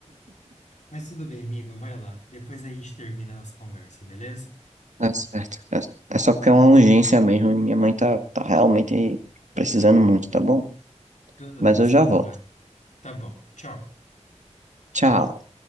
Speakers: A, on the left; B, on the right.
A: Mas tudo bem, amigo, vai lá. Depois a gente termina a nossa conversa, beleza?
B: Tá certo. É, é só porque é uma urgência mesmo, e minha mãe tá, tá realmente precisando muito, tá bom?
A: Tudo
B: Mas
A: bem,
B: eu
A: sem
B: já
A: problema.
B: volto.
A: Tá bom, tchau.
B: Tchau.